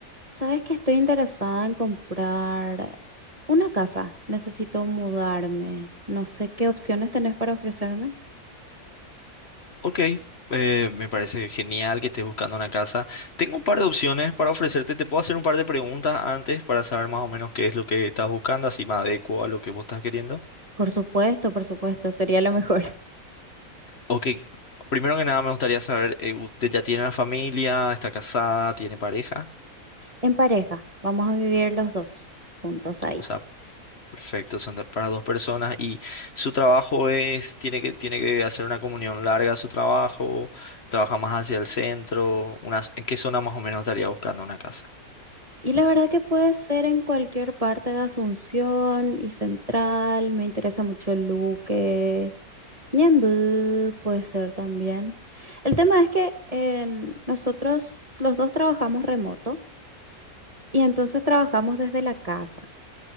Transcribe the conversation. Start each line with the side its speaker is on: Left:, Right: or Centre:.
Right: Sabes que estoy interesada en comprar una casa. Necesito mudarme. No sé qué opciones tenés para ofrecerme.
Left: Ok, eh, me parece genial que estés buscando una casa. Tengo un par de opciones para ofrecerte. Te puedo hacer un par de preguntas antes para saber más o menos qué es lo que estás buscando, así me adecuo a lo que vos estás queriendo.
Right: Por supuesto, por supuesto, sería lo mejor. <laughs>
Left: Ok, primero que nada me gustaría saber, eh, ¿usted ya tiene una familia? ¿Está casada? ¿Tiene pareja?
Right: En pareja, vamos a vivir los dos juntos ahí.
Left: O sea, perfecto, son de- para dos personas. ¿Y su trabajo es, tiene que, tiene que hacer una comunión larga a su trabajo? ¿Trabaja más hacia el centro? Unas- ¿en qué zona más o menos estaría buscando una casa?
Right: Y la verdad que puede ser en cualquier parte de Asunción y Central. Me interesa mucho Luque, Ñemby puede ser también. El tema es que en- nosotros los dos trabajamos remoto. Y entonces trabajamos desde la casa.